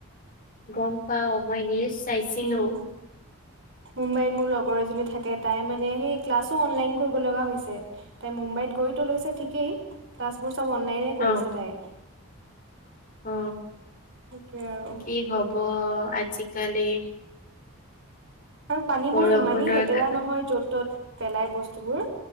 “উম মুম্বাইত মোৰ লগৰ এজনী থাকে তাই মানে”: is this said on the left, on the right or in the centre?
Right